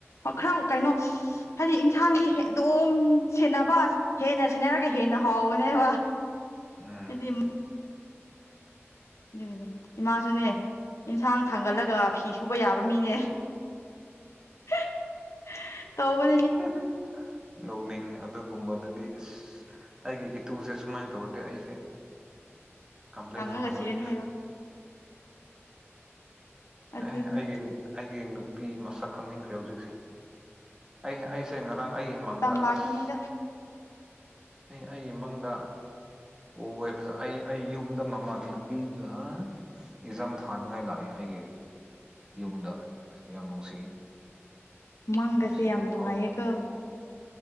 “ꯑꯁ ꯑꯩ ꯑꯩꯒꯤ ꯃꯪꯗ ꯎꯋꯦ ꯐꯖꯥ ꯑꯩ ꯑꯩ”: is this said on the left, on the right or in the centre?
Right